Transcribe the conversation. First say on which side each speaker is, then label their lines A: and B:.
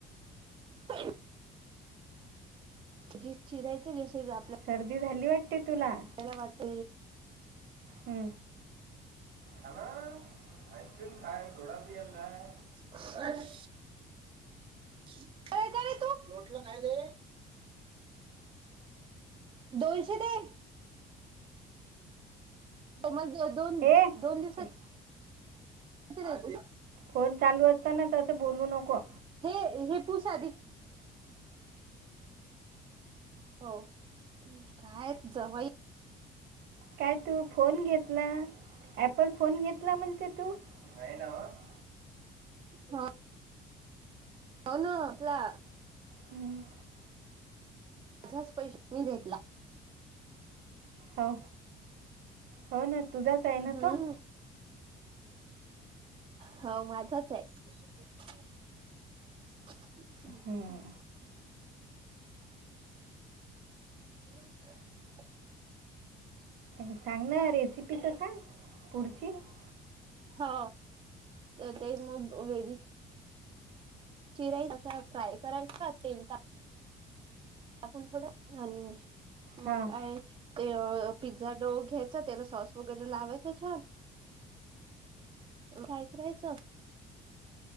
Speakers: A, on the right (about 30°); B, on the right (about 75°).
A: ह जी चिरायचं जस आपल्या
B: सर्दी झाली वाटते तुला
A: वला वाट
B: ह खान आईस्क्रीम खाय सोडा पियाल जाय <unintelligible>
A: अ य का तू लोटला काहिले दोनशे दे मग दोन
B: ए
A: दोन दिवस
B: ए,
A: कि
B: फोन चालू असताना त असं बोलू नको
A: हे हे पूस आधी हो काय जवयी
B: काय तू फोन घेत ना ऍपल फोन घेतला म्हणते तू <unintelligible>
A: हा हो ना आपला
B: हम्म
A: माझाच पैश मी घेतला
B: हो हो ना तुझाच आहे
A: हम्म
B: ना तो <unintelligible>
A: हो माझाच आहे <unintelligible> हम्
B: हं.
A: हो
B: सांगन रेसिपी तर सांग पुढची <unintelligible>
A: हो ते म भेरी चिराई तशा फ्राय करायचा का तेल आपण थोडं आणि
B: हां
A: मग काय ते पिझ्झा डो घ्यायचा तेला सॉस वगैरे लावायचं छान रायच राहायचं <unintelligible>